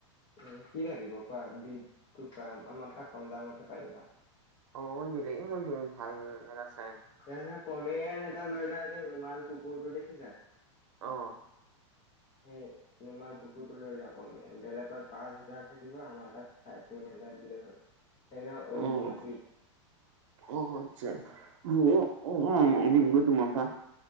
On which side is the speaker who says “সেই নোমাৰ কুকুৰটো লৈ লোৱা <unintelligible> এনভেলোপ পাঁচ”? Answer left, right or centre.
Left